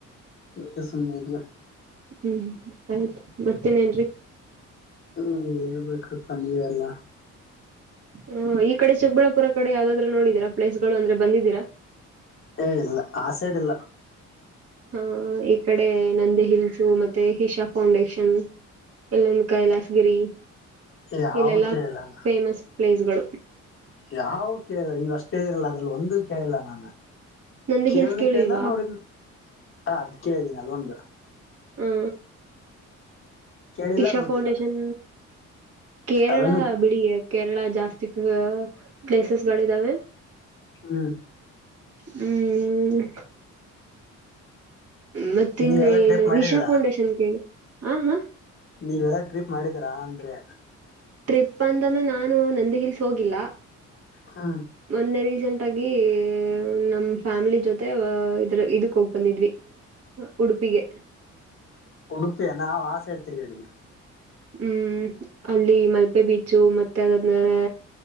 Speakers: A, on the left (about 45°); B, on the right (about 50°).
A: ಅದಕ್ಕೆ ಸುಮ್ಮನೆ ಇದ್ದೇನೆ
B: ಹ್ಮ್ ಆಯ್ತ್ು ಮತ್ತೇನೇನ್ರರಿ
A: ಹಞ ಹೇಳ್ಬೇಕ್ರೆಪ ನೀವೇ ಎಲ್ಲ
B: ಹ್ಮ ಈ ಕಡೆ ಚಿಕ್ಕಬಳ್ಳಾಪುರ ಕಡೆ ಯಾವ್ದಾದ್ ನೋಡಿದೀರ ಪ್ಲೇಸ್ ಅಂದ್ರೆ ಬಂದಿದ್ದೀರಾ
A: ಏ ಇಲ್ಲ ಆ ಸೈಡ್ ಇಲ್ಲ
B: ಹ ಈ ಕಡೆ ನಂದಿ ಹಿಲ್ಸು ಮತ್ತೆ ಇಶಾ ಫೌಂಡೇಶನ್ ಇಲ್ಲೊಂದು ಕೈಲಾಸ ಗಿರಿ
A: ಯಾವ
B: ಇಲ್ಲೆಲ್ಲಾ
A: ಕೇಳಿಲ್ಲ ನಾ
B: ಫೇಮಸ್ ಪ್ಲೇಸ್ ಗಳು
A: ಯಾವ ಕೇಳಲ್ಲ ನೀವ ಅಷ್ಟೇ ಇದರಲ್ಲ ಅದ್ರಲ್ಲಿ ಒಂದ ಕೇಳಲ್ಲ ನಾನು
B: ನಂದಿ
A: ಕೇೇಳನ
B: ಹಿಲ್ಸ್ ಕೇಳಿಲ್ವಾ
A: ಕೇಲ್ಲ ನೋಡಿ ಹ ಅದ್ ಕೇಳಿದೀನಿ ಅದೊಂದು
B: ಹಾ
A: ಕೇಳಿಲ್ಲ
B: ಇಶಾ
A: ನೋಡಿಲ್ಲ
B: ಫೌಂಡೇಶನ್ ಕೇರಳ
A: ಅದನ್ನು
B: ಬಿಡಿ ಕೇರಳ ಜಾಸ್ತಿ ಪ್ಲೇಸಸ್ ಗಳಿದಾವೆ
A: ಹ್ಮ್
B: ಹ್ಮ್ ಮತ್ತ
A: ನೀವೆಲ್ಲಾ
B: ಇನ್ನೇನು
A: ಟ್ರಿಪ್ ಮಾಡಿದೀರಾ
B: ಇಶಾ ಫೌಂಡೇಶನ್ ಕೇಳಿ ಹ ಹ
A: ನೀವೆಲ್ಲ ಟ್ರಿಪ್ ಮಾಡಿದೀರಾ ಅಂದ್ರೆ
B: ಟ್ರಿಪ್ ಅಂತಂದ್ರೆ ನಾನು ನಂದಿ ಹಿಲ್ಸ್ ಹೋಗಿಲ್ಲ
A: ಹಾ
B: ಮೊನ್ನೆ ರೀಸೆಂಟ್ ಆಗಿ ನಮ್ ಫ್ಯಾಮಿಲಿ ಜೊತೆ ಇದ್ರ ಇದಕ್ ಹೋಗ್ ಬಂದಿದ್ವಿ ಉಡುಪಿಗೆ
A: ಉಡುಪಿಯ ನಾಾವವು ಆಸೆ ಇಡ್ತಿೀರಿಗಡವಿ
B: ಹ್ಮ್ ಅಲ್ಲಿ ಮಲ್ಪೆ ಬೀಚು ಮತ್ತೆ ಅದಾದ್ಮೇಲೆ